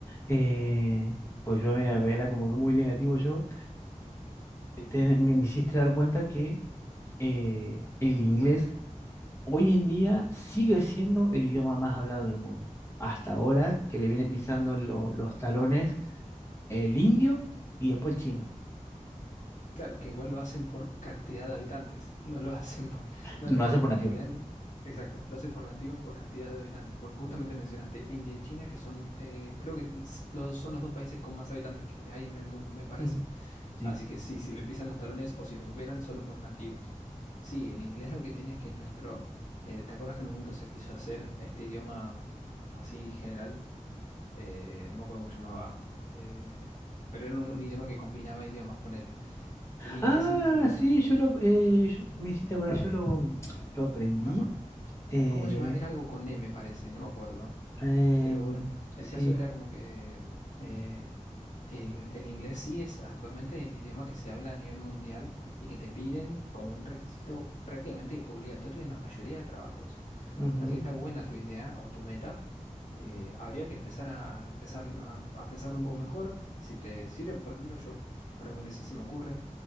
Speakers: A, on the left (about 20°); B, on the left (about 70°).
A: eh, pues yo era era como que muy negativo yo, eh, te- me, me hiciste dar cuenta que eh, el inglés hoy en día sigue siendo el idioma más hablado en el mundo. Hasta ahora que le viene pisando lo- los talones el indio y después el chino.
B: Sí. Claro, que igual lo hacen por cantidad de habitantes, no lo <laughs> hacen por... No,
A: Lo
B: en,
A: hace
B: en
A: por nativo.
B: realidad, exacto, lo hacen por nativos, por cantidad de habitantes, porque justamente mencionaste India y China, que son, eh, creo que s- los, son los dos países con más habitantes que hay en el mundo, me parece.
A: Ujú. Sí.
B: Así que sí, si le pisan los talones o si lo superan es solo por nativos. Sí, el inglés lo que tiene es que es nuestro... eh, ¿te acuerdas que en un momento se quiso hacer este idioma así general? Eh, no me acuerdo cómo se llamaba, eh, pero era un, un idioma que combinaba idiomas, ponele el inglés
A: Ah,
B: en este momento,
A: sí, yo lo, eh, yo- me hiciste acordar, yo lo, lo aprendí.
B: alguna,
A: eh,
B: ¿cómo se llama? Era algo con M, parece, no me acuerdo.
A: Em,
B: Pero bueno, el
A: sí,
B: caso era como que eh, el, el inglés sí es actualmente el idioma que se habla a nivel mundial y que te piden como un requisito prácticamente obligatorio en la mayoría de trabajos.
A: ujú,
B: Así que está buena tu idea o tu meta. Eh, habría que empezar a, a empezar a, a pensarlo un poco mejor. Si te sirve, por ejemplo, yo, ahora que me lo decís, se me ocurre,